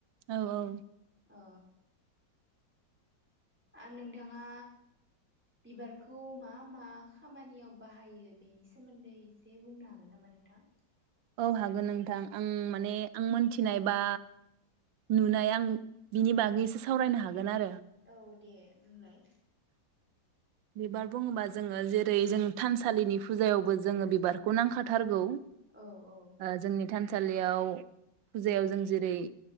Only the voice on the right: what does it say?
औ-औ
औ हागोन नोंथां आं
माने आं मोन थिनाय बा नुनाय आं बिनि बागैसो सावरायनो हागोन आरो
बिबार बुङोबा जोङो जेरै जों थानसालिनि फुजायावबो जोङो बिबारखौ नांखाथारगौ
ओ जोंनि थान सालियाव फुजायाव जों जेरै